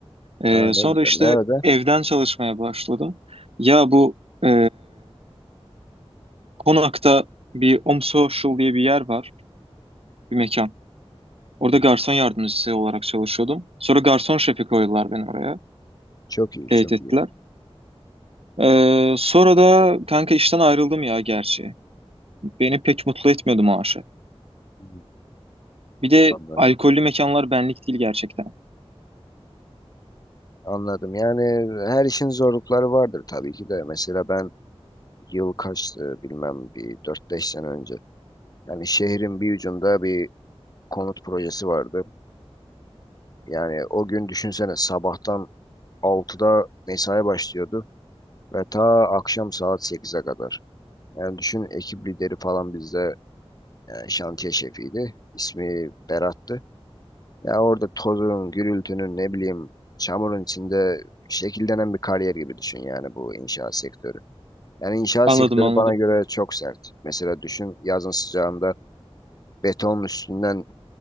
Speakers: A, on the right (about 65°); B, on the left (about 40°).
A: E,
B: Ha, ne
A: sonra
B: güzel.
A: işte
B: Nerede?
A: evden çalışmaya başladım. Ya bu e, Konak'ta bir Om Social diye bir yer var, bir mekan. Orada
B: Hı,
A: garson yardımcısı olarak çalışıyordum. Sonra garson şefi koydular beni oraya.
B: Çok iyi, çok
A: Teyit ettiler.
B: iyi.
A: Ee, sonra da kanka işten ayrıldım ya gerçi. Beni pek mutlu etmiyordu maaşı.
B: Hı,
A: Bir de
B: Anladım.
A: alkollü mekanlar benlik değil gerçekten.
B: Anladım. Yani her işin zorlukları vardır tabii ki de. Mesela ben yıl kaçtı bilmem bir dört beş sene önce Yani şehrin bir ucunda bir konut projesi vardı. Yani o gün düşünsene sabahtan altıda mesai başlıyordu ve ta akşam saat sekize kadar. Yani düşün ekip lideri falan bizde yani şantiye şefiydi. İsmi Berat'tı. Ya orada tozun, gürültünün ne bileyim çamurun içinde şekillenen bir kariyer gibi düşün yani bu inşaat sektörü. Yani inşaat
A: Anladım
B: sektörü
A: anladım.
B: bana göre çok sert. Mesela düşün yazın sıcağında betonun üstünden